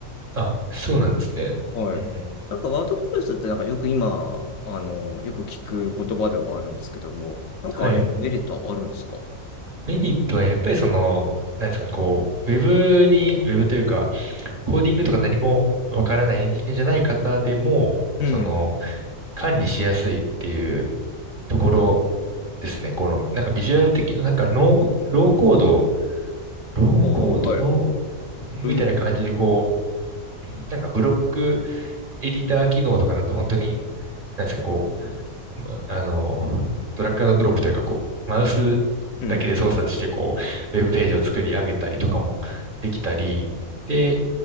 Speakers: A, on the right (about 35°); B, on the left (about 75°).
A: あ、そうなんですね。
B: はい。
A: うんうんうん
B: なんかワードプレスってなんかよく今、あの、よく聞く言葉ではあるんですけども、なんかあれメリットはあるんですか
A: はい。メリットはやっぱりその、なんですかね、こう、ウェブに、ウェブというか、コーディングとか何もわからないエンジニアじゃない方でも、
B: うん。
A: その、管理しやすいっていうところですね。この、なんかビジュアル的な、なんかノー、ローコード、ローコード、
B: ああ、はい。
A: ノー、
B: ロイド君
A: みたいな感じで、こう、なんかブロックエディター機能とかだと本当になんですか、こう、まあの、ドラッグアンドドロップというか、こう、マウスだけで操作して、
B: うん。
A: こう、ウェブページを作り上げたりとかもできたり、で、